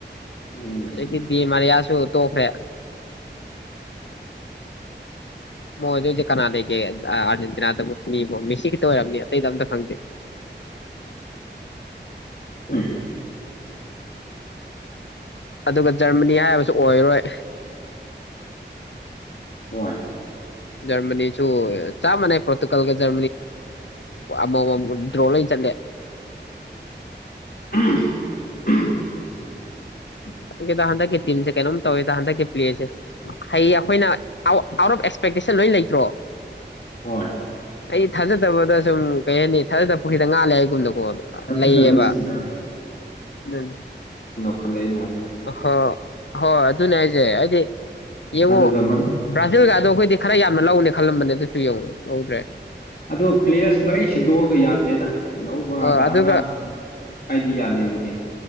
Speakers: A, on the left; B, on the left.
A: ꯎꯝ
B: ꯍꯧꯖꯤꯛꯇꯤ ꯗꯤꯃꯥꯔꯤꯌꯥ ꯁꯨ ꯇꯣꯛꯈ꯭ꯔꯦ ꯃꯣꯏꯗ ꯍꯧꯖꯤꯛ ꯀꯅꯥ ꯂꯩꯒꯦ ꯑꯥꯔꯖꯦꯟꯇꯤꯅꯥꯗꯕꯨ ꯃꯤꯕꯨ ꯃꯤꯁꯤ ꯈꯤꯇ ꯑꯣꯏꯔꯝꯅꯤ ꯑꯇꯩꯗ ꯑꯝꯇ ꯈꯪꯗꯦ
A: ꯎꯝ
B: ꯑꯗꯨꯒ ꯖꯔꯃꯅꯤ ꯍꯥꯏꯕꯁꯨ ꯑꯣꯏꯔꯣꯏ
A: ꯍꯣꯏ
B: ꯖꯔꯃꯅꯤꯁꯨ ꯆꯥꯞ ꯃꯅꯩ ꯄꯣꯇꯨꯒꯜ ꯀ ꯖ ꯑꯃꯃꯥꯝ ꯗ꯭ꯔꯣ ꯂꯣꯏ ꯆꯠꯂꯦ
A: <unintelligible>
B: ꯈꯪꯗꯦꯗ ꯍꯟꯗꯛꯀꯤ ꯇꯤꯝꯁꯦ ꯀꯩꯅꯣꯝ ꯇꯧꯋꯦꯗ ꯍꯟꯗꯛꯀꯤ ꯄ꯭ꯂꯦꯁꯦ ꯍꯌꯦ ꯑꯩꯈꯣꯏꯅ ꯑꯥꯎꯠ ꯑꯣꯐ ꯑꯦꯛꯁꯄꯦꯛꯇꯦꯁꯟ ꯂꯣꯏ ꯂꯩꯇ꯭ꯔꯣ
A: ꯍꯣꯏ
B: ꯑꯩ ꯊꯥꯖꯗꯕꯗ ꯁꯨꯝ ꯀꯩ ꯍꯥꯏꯅꯤ ꯊꯥꯖꯗꯕ ꯄꯨꯈ꯭ꯔꯤꯗ ꯉꯥ ꯂꯩ ꯌꯦꯒꯨꯝꯅꯀꯣ
A: ꯊꯥꯖꯗꯕꯁꯤꯡꯅ
B: ꯂꯩꯌꯦꯕ ꯑꯗꯨ
A: ꯈꯜꯂꯛꯑꯦꯅ
B: ꯑꯣꯍꯣ ꯍꯣꯏ ꯅ ꯌꯥꯁꯦ ꯍꯥꯏꯗꯤ ꯌꯦꯡꯉꯣ
A: ꯑꯗꯨꯒ ꯃꯃꯤꯡ
B: ꯕ꯭ꯔꯥꯖꯤꯜꯒꯗꯣ ꯑꯩꯈꯣꯏꯗꯤ ꯈꯔ ꯌꯥꯝꯅ ꯂꯧꯅꯤ ꯈꯜꯂꯝꯕꯅꯦ ꯑꯗꯨꯁꯨ ꯌꯦꯡꯉꯍꯗ꯭ꯔꯦ
A: ꯑꯗꯣ ꯄ꯭ꯂꯦꯌꯔꯁ ꯂꯣꯏ ꯁꯤꯟꯗꯣꯛꯑꯒ ꯌꯥꯗ꯭ꯔꯦꯗ ꯑꯅꯧꯕ ꯉꯥꯛꯇ
B: ꯑꯣ ꯑꯗꯨꯒ
A: ꯑꯉꯥꯡ ꯍꯥꯏꯗꯤ ꯌꯥꯅꯤ ꯑꯗꯨꯗꯤ